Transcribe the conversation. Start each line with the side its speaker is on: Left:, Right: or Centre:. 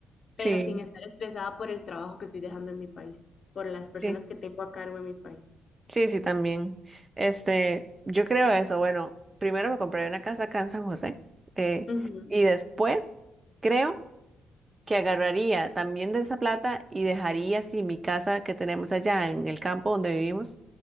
Right: Sí,
Left: pero sin estar estresada por el trabajo que estoy dejando en mi país, por las
Right: sí,
Left: personas que tengo a cargo en mi país.
Right: sí, sí, también. Este, yo creo eso. Bueno, primero me compré una casa acá en San José eh,
Left: Ujú,
Right: y después creo que agarraría también de esa plata y dejaría así mi casa que tenemos allá en el campo donde vivimos